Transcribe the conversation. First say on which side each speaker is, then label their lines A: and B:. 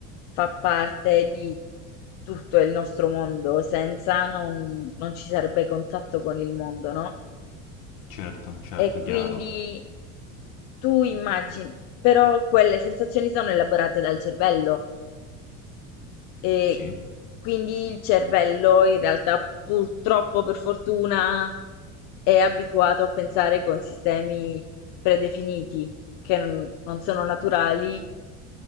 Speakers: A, on the left (about 60°); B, on the left (about 80°).
A: fa parte di tutto il nostro mondo, senza non non ci sarebbe contatto con il mondo, no,
B: Certo, certo,
A: e quindi
B: chiaro,
A: tu immagi però quelle sensazioni sono elaborate dal cervello e
B: sì,
A: quindi il cervello in realtà purtroppo, per fortuna, è abituato a pensare con sistemi predefiniti che non non sono naturali